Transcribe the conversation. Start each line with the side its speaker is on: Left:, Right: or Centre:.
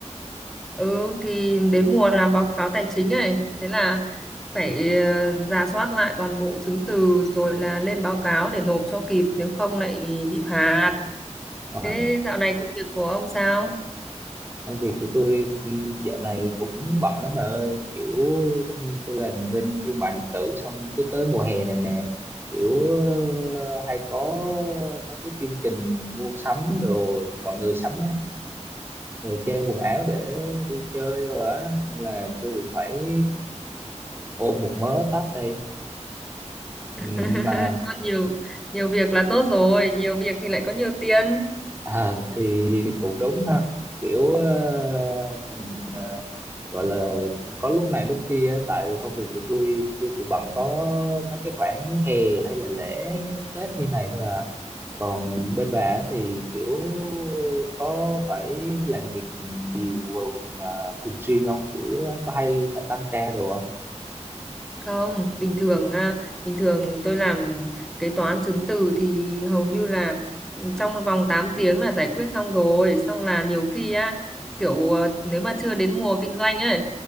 Centre: ừ thì đến mùa làm báo cáo tài chính này, thế là phải ờ, rà soát lại toàn bộ chứng từ rồi là lên báo cáo để nộp cho kịp, nếu không lại bị phạt.
Right: Rồi,
Centre: Thế dạo này công việc của ông sao?
Right: công việc của tôi ừm, dạo này cũng bận lắm bà ơi, kiểu ừm, tôi làm bên thương mại điện tử xong cứ tới mùa hè này nè, kiểu ờ, hay có mấy cái chương trình mua sắm đồ mọi người sắm thời trang quần áo để đi chơi rồi á nên là tôi cũng phải ôm một mớ tách đây
Centre: <laughs>
Right: Ừm, mà
Centre: Có nhiều nhiều việc là tốt rồi, nhiều việc thì lại có nhiều tiền.
Right: à, thì cũng đúng ha kiểu ờ, mình ờ, gọi là có lúc này lúc kia á, tại vì công việc của tôi tôi chỉ bận có mấy cái khoảng hè hay là lễ Tết như này thôi à còn bên bà á thì kiểu có phải làm việc nhiều mà thường xuyên không kiểu có hay phải tăng ca đồ không
Centre: Không, bình thường à, bình thường tôi làm kế toán chứng từ thì hầu như là ừ, trong vòng 8 tiếng là giải quyết xong rồi, xong là nhiều khi á kiểu ờ, nếu mà chưa đến mùa kinh doanh ấy,